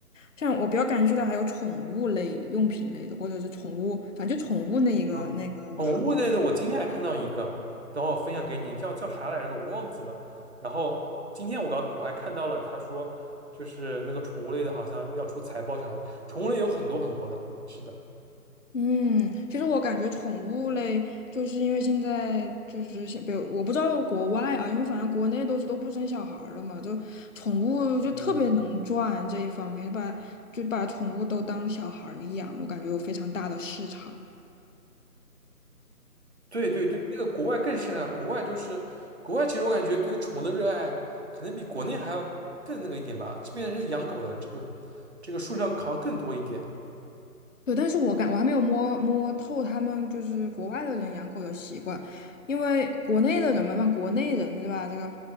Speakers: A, on the left (about 55°); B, on the right (about 45°).
A: 像我比较感兴趣的还有宠物类、用品类的，或者是宠物，反正就宠物那一个那个行业。
B: 啊，宠物类的，我今天还看到一个，等会儿我分享给你，叫叫啥来着的我忘记了。然后今天我刚我还看到了，他说就是那个宠物类的，好像要出财报啥的，宠物类有很多很多的，是的，
A: 嗯，其实我感觉宠物类，就是因为现在就是像，比如我不知道国外啊，因为反正国内都是都不生小孩儿了嘛，就宠物就特别能赚这一方面，
B: 嗯嗯。
A: 把就把宠物都当小孩儿养，我感觉有非常大的市场。
B: 对对对，那个国外更甚啊，国外就是国外，其实我感觉对于宠物的热爱可能比国内还要更那个一点吧。这边人养狗的这个这个数量好像更多一点。
A: 对，但是我感我还没有摸摸透他们就是国外的人养狗的习惯，因为国内的人嘛，像国内人对吧？这个